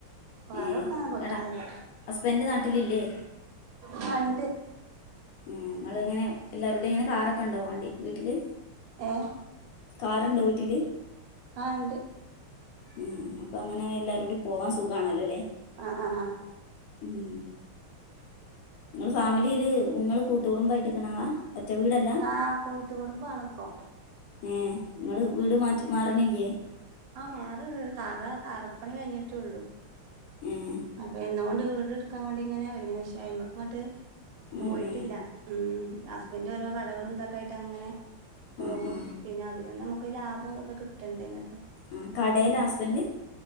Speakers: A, on the right; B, on the left.
A: വേറെവിട്ക്കും
B: ഏ
A: അങ്ങനെ പോയിട്ടൊന്നില്ല
B: എടാ ഹസ്ബൻഡ് നാട്ടിലില്ലേ
A: ആഹ് അയിന്റെ
B: ഏ ങ്ങള് ഇങ്ങനെ എല്ലാരുടെ ഇങ്ങനെ കാറൊക്കെ ണ്ടോ വണ്ടി വീട്ടില്
A: ഏഹ്
B: കാറ് ണ്ടോ വീട്ടില്
A: ആഹ് ഇണ്ട്
B: ഉം അപ്പം അങ്ങനെ എല്ലാരുടി പോവാൻ സുഖാണല്ലോ ലേ
A: ആഹ് ആഹ് ആഹ്
B: ഉം ങ്ങള് ഫാമിലിയില് ങ്ങള് കൂട്ടുകുടുമ്പ ആയിട്ട്ക്കണാവാ ഒറ്റ വീടല്ലാ
A: ആഹ് കൂട്ടുകുടുംബം ആണുപ്പം
B: ഏഹ് ങ്ങള് വീട് മാറ്റ് മാറണില്ല്യേ
A: ആഹ് മാറണ്ട് തറാ തറപ്പണി കഴിഞ്ഞിട്ടേ ഒള്ളു
B: ഏഹ്
A: അപ്പൊ എന്നോണ്ട് വീടെടുക്കാ വേണ്ടിങ്ങന ഒരുങ്ങിയതാ പക്ഷേ അയിന്മക്ക് ഇങ്ങട്ട്
B: ആ
A: പോയിട്ടില്ല
B: ആ
A: ഉം ഹസ്ബൻഡ് ഓരോ കടകളും ഇതൊക്കെയായിട്ട് അങ്ങനെ പോവും
B: ആ ആ
A: പിന്നെ അതിന് നമ്മക്ക് ലാഭം ഒന്നുപ്പൊ കിട്ടണ്ടേ എന്നിട്ട്
B: ആ കടയിലാ
A: <unintelligible>
B: ഹസ്ബൻഡ്